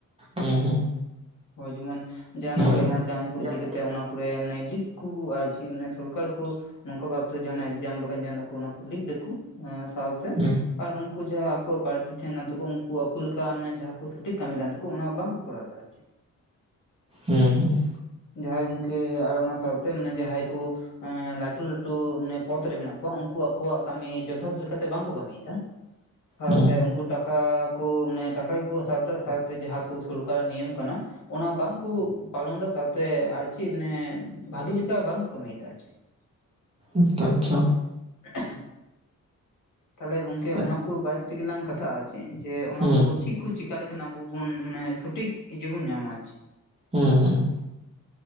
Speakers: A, on the right; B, on the left.
A: ᱦᱩᱸ ᱦᱩᱸ᱾
B: ᱦᱳᱭ ᱡᱮᱢᱚᱱ ᱡᱟᱦᱟᱸᱱᱟᱜ
A: ᱚᱠᱚᱭ
B: ᱠᱚ
A: ᱡᱮᱢᱚᱱ
B: ᱮᱠᱡᱟᱢ ᱠᱚ
A: ᱡᱟᱦᱟᱸ
B: ᱤᱫᱤ ᱠᱟᱛᱮᱜ ᱚᱱᱟ ᱠᱚᱨᱮ ᱟᱱᱮ ᱞᱤᱠ ᱠᱩ ᱟᱨ ᱪᱮᱫ ᱢᱟᱱᱮ ᱥᱚᱨᱠᱟᱨ ᱠᱚ ᱱᱚᱝᱠᱟ ᱵᱷᱟᱵ ᱛᱮᱱᱟᱜ ᱮᱠᱡᱟᱢ ᱵᱟᱠᱷᱟᱱ ᱵᱟᱠᱷᱟᱱ ᱚᱱᱟ ᱠᱚ ᱞᱤᱠ ᱫᱟ ᱠᱚ ᱥᱟᱶᱛᱮ
A: ᱦᱩᱸ
B: ᱟᱨ ᱩ ᱠᱩ ᱡᱟᱦᱟᱸ ᱟᱠᱚᱣᱟᱜ ᱵᱟᱹᱲᱛᱤ ᱛᱟᱦᱮᱱᱟ ᱛᱟᱠᱚ ᱩᱱᱠᱩ ᱟᱠᱚ ᱞᱮᱠᱟ ᱢᱟᱱᱮ ᱡᱟᱦᱟᱸ ᱠᱚ ᱥᱚᱴᱷᱤᱠ ᱠᱟᱹᱢᱤ ᱠᱟᱱ ᱛᱠᱚ ᱚᱱᱟ ᱵᱟᱝ ᱠᱚ ᱠᱚᱨᱟᱣᱟ᱾ <inaudible>
A: ᱦᱮᱸ ᱦᱮᱸ᱾
B: ᱡᱟᱦᱟᱸᱭ ᱜᱚᱢᱠᱮ ᱟᱨ ᱚᱱᱟ ᱥᱟᱶᱛᱮ ᱟᱱᱮ ᱡᱟᱦᱟᱸᱭ ᱠᱚ ᱦᱮᱸ ᱞᱟᱹᱴᱩ ᱞᱟᱹᱴᱩ ᱢᱟᱱᱮ ᱯᱚᱫ ᱨᱮ ᱢᱮᱱᱟᱜ ᱠᱚᱣᱟ, ᱩᱱᱠᱩ ᱟᱠᱚᱣᱟᱜ ᱠᱟᱹᱢᱤ ᱡᱚᱛᱷᱟᱛ ᱞᱮᱠᱟᱛᱮ ᱵᱟᱝ ᱠᱚ ᱠᱟᱹᱢᱤᱭ ᱫᱟ ᱾ <inaudible> ᱥᱟᱶᱛᱮ
A: ᱦᱩᱸ
B: ᱩᱱᱠᱩ ᱴᱟᱠᱟᱠᱩ ᱢᱟᱱᱮ ᱴᱟᱠᱟ ᱜᱮᱠᱚ ᱦᱟᱛᱟᱣ ᱮᱫᱟ, ᱥᱟᱶᱛᱮ ᱡᱟᱦᱟᱸ ᱠᱩ ᱥᱚᱨᱠᱟᱨᱟᱜ ᱱᱤᱭᱚᱢ ᱠᱟᱱᱟ ᱾ ᱚᱱᱟ ᱵᱟᱝ ᱠᱚ ᱯᱟᱞᱚᱱ ᱮᱫᱟ, ᱥᱟᱶᱛᱮ ᱟᱨ ᱪᱮᱫ ᱢᱟᱱᱮ ᱵᱷᱟᱜᱤ ᱞᱮᱠᱟ ᱵᱟᱝ ᱠᱚ ᱠᱟᱹᱢᱤᱭᱮᱫᱟ ᱟᱨ ᱪᱮᱫ ᱾ <inaudible>
A: ᱟᱪᱪᱷᱟ ᱟᱪᱪᱷᱟ ᱾
B: <inaudible> ᱛᱟᱦᱚᱞᱮ ᱜᱚᱢᱠᱮ
A: ᱦᱩᱸ
B: ᱚᱱᱟ ᱠᱚ ᱵᱟᱨᱮ ᱠᱟᱛᱮᱫ ᱜᱮᱞᱟᱝ ᱠᱟᱛᱷᱟᱜᱼᱟ, ᱪᱮᱫ ᱡᱮ ᱚᱱᱟᱠᱚ
A: ᱦᱩᱸ
B: ᱪᱮᱫ ᱪᱮᱠᱚ ᱪᱮᱠᱟ ᱞᱮᱠᱷᱟᱱ ᱟᱵᱚ ᱵᱚᱱ ᱢᱟᱱᱮ ᱥᱚᱴᱷᱤᱠ ᱤᱭᱟᱹ ᱵᱚᱱ ᱧᱟᱢᱟ ᱟᱨ ᱪᱮᱫ ᱾
A: ᱦᱮᱸ ᱦᱩᱸ ᱾